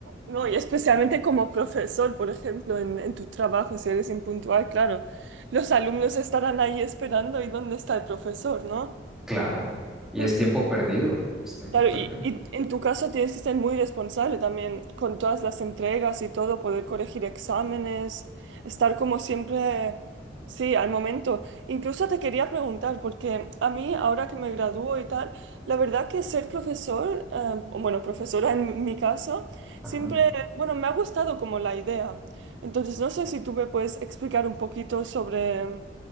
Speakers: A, on the right; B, in the centre.
A: No, y especialmente como profesor, por ejemplo, en, en tu trabajo, si eres impuntual, claro, los alumnos estarán ahí esperando y dónde está el profesor, ¿no?
B: claro. Y
A: <laughs>
B: es tiempo perdido, es tiempo
A: Claro,
B: perdido.
A: y, y en tu caso tienes que ser muy responsable también con todas las entregas y todo, poder corregir exámenes, estar como siempre, sí, al momento. Incluso te quería preguntar, porque a mí ahora que me gradúo y tal, la verdad que ser profesor, eh, o bueno, profesora <laughs> en mi caso,
B: Ajá.
A: siempre, bueno, me ha gustado como la idea. Entonces, no sé si tú me puedes explicar un poquito sobre...